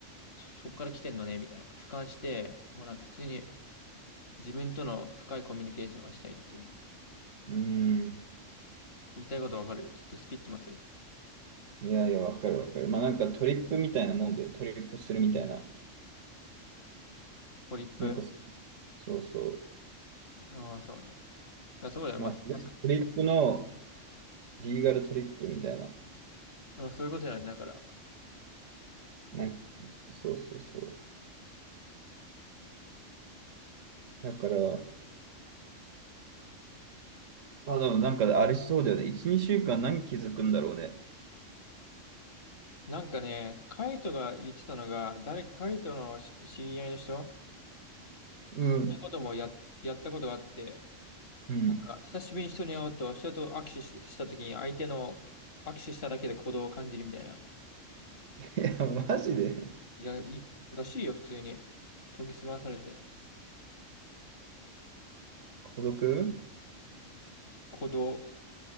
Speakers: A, on the left (about 50°); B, on the right (about 80°).
A: そっから来てんのね、みたいな。俯瞰して、もうなんか普通に自分との深いコミュニケーションがしたいっていう。
B: うん。
A: 言いたいことわかるちょっとスピってます。
B: いやいや、わかるわかる。まあなんかトリップみたいなもんで、トリップするみたいな。
A: ポリップ
B: なんかそ、そうそう。
A: ああ、そうね。だ、そうだよ。
B: まあ、
A: ま、まさ、
B: トリップのリーガルトリップみたいな。
A: うん、そういうことだよね。だから。
B: なんか、そうそうそう。だから、あ、でもなんかあれしそうだよね。1、2週間何気づくんだろうね。
A: なんかね、カイトが言ってたのが、誰かカイトのし知り合いの人、
B: うん。
A: そういうこともや、やったことがあって、
B: うん。
A: あ久しぶりに人に会うと、人と握手ししたときに、相手の握手しただけで鼓動を感じるみたいな。
B: <laughs> いや、マジで
A: いや、い、らしいよ、普通に。研ぎ澄まされて。
B: 孤独
A: 鼓動。